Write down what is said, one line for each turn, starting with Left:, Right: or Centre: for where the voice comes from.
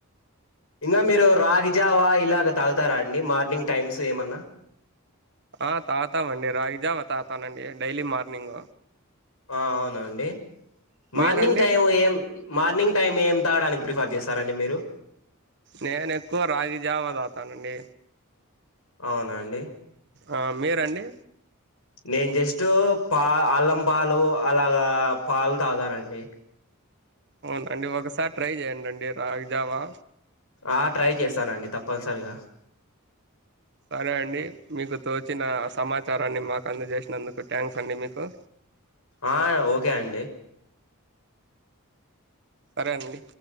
Left: ఇంగా మీరు రాగిజావా ఇలాగ తాగుతారా అండి మార్నింగ్ టైమ్స్ ఏమన్నా
Right: ఆ తాగుతామండి రాగిజామ తాతానండి డైలీ మార్నింగ్
Left: ఆ అవునండి మార్నింగ్
Right: మీరండి
Left: టైం ఏం మార్నింగ్ టైం ఏం తాగడానికి ప్రిఫర్ చేస్తారండి మీరు
Right: నేను ఎక్కువ రాగి జావ తావుతానండి
Left: అవున అండీ
Right: ఆ మీరండి
Left: నేను జస్ట్ పా అల్లం పాలు అలాగా పాలు తాగుతానండి
Right: అవునండి ఒకసారి ట్రై చేయండండి రాగి జావా
Left: ఆ ట్రై చేస్తానండి తప్పనిసరిగా
Right: సరే అండి మీకు తోచిన సమాచారాన్ని మాకు అందజేసినందుకు థ్యాంక్స్ అండి మీకు
Left: ఆ ఓకే అండి
Right: సరే అండి